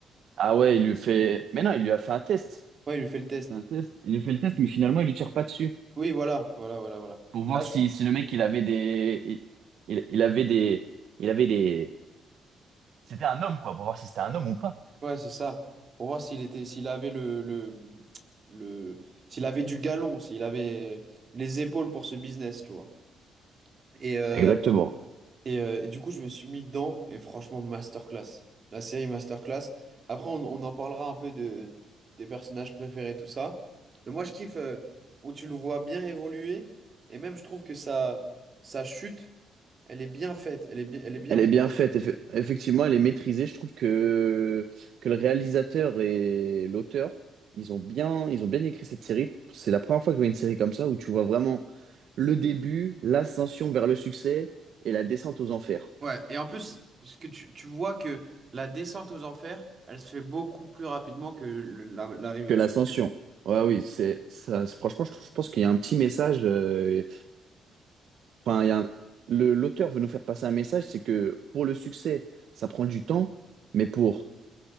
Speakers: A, on the right; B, on the right.
A: Ah ouais, il lui fait... Mais non, il lui a fait un test.
B: Ouais il lui fait le test.
A: Un test. Il lui fait le test, mais finalement, il lui tire pas dessus.
B: Oui voilà voilà voilà voilà.
A: Pour voir
B: Là je
A: si,
B: me
A: si le mec,
B: dis,
A: il avait des... Il, il il avait des... Il avait des... C'était un homme, quoi, pour voir si c'était un homme ou pas.
B: ouais c'est ça pour voir s'il était s'il avait le le le s'il avait du galon s'il avait les épaules pour ce business tu vois. Et euh,
A: Exactement.
B: Et, euh, et du coup, je me suis mis dedans, et franchement, masterclass. La série masterclass. Après, on, on en parlera un peu de, des personnages préférés, tout ça. Mais moi, je kiffe euh, où tu le vois bien évoluer, et même, je trouve que sa, sa chute, elle est bien faite, elle est, bi- elle est bien
A: Elle
B: maîtrisée.
A: est bien faite, eff- effectivement, elle est maîtrisée. Je trouve que, que le réalisateur et l'auteur, ils ont bien, ils ont bien écrit cette série. C'est la première fois que je vois une série comme ça où tu vois vraiment le début, l'ascension vers le succès et la descente aux enfers.
B: Ouais, et en plus, ce que tu, tu vois que la descente aux enfers, elle se fait beaucoup plus rapidement que le- la- l'arrivée
A: Que
B: au
A: l'ascension.
B: sommet.
A: Ouais, oui, c'est ça. c'est- Franchement, je, je pense qu'il y a un petit message. euh, enfin, il y a un- le- l'auteur veut nous faire passer un message, c'est que pour le succès, ça prend du temps, mais pour